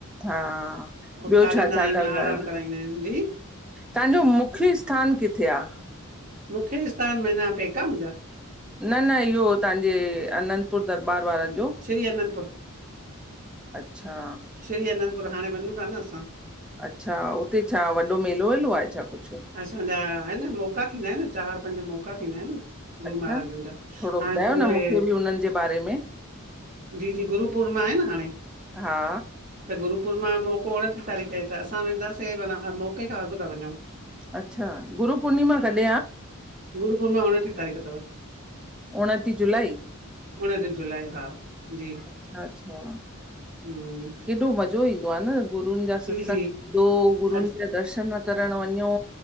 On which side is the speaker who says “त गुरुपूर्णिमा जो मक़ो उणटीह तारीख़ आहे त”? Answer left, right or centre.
Right